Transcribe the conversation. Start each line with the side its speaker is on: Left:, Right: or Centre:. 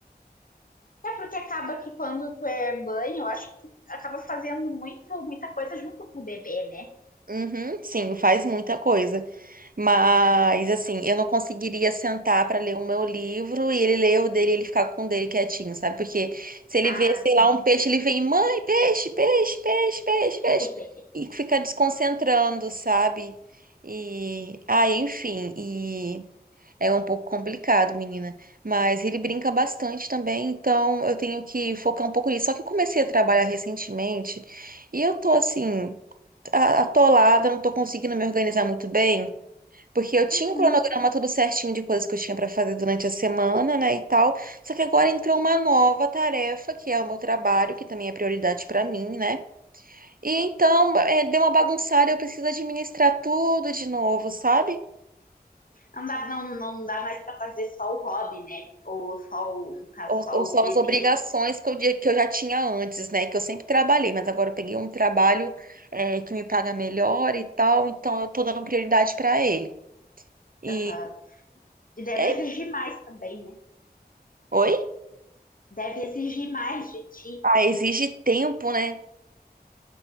Left: É porque acaba que quando tu é mãe, eu acho que tu acaba fazendo muito, muita coisa junto com o bebê, né?
Right: Uhum, sim, faz muita coisa. Mas, assim, eu não conseguiria sentar para ler o meu livro e ele ler o dele e ele ficar com o dele quietinho, sabe? Porque se ele
Left: Ah,
Right: vê, sei lá, um peixe, ele vem, mãe, peixe, peixe, peixe, peixe,
Left: <laughs>
Right: peixe, e fica desconcentrando, sabe? E, ah, enfim, e é um pouco complicado, menina. Mas ele brinca bastante também, então eu tenho que focar um pouco nisso. Só que eu comecei a trabalhar recentemente e eu tô assim a- atolada, não tô conseguindo me organizar muito bem, porque eu tinha
Left: uhum.
Right: um cronograma tudo certinho de coisas que eu tinha pra fazer durante a semana, né, e tal. Só que agora entrou uma nova tarefa, que é o meu trabalho, que também é prioridade pra mim, né? E então, é, deu uma bagunçada, eu preciso administrar tudo de novo, sabe?
Left: não, dá, não, não dá mais para fazer só o hobby, né? Ou só, o, no caso,
Right: Ou,
Left: só
Right: ou são
Left: o bebê.
Right: as obrigações que eu, di- que eu já tinha antes, né? Que eu sempre trabalhei, mas agora eu peguei um trabalho, é, que me paga melhor e tal, então eu tô dando prioridade pra ele. E.
Left: Uhum. E deve
Right: é
Left: exigir mais também, né?
Right: Oi?
Left: deve exigir mais de ti.
Right: Ah, exige tempo, né?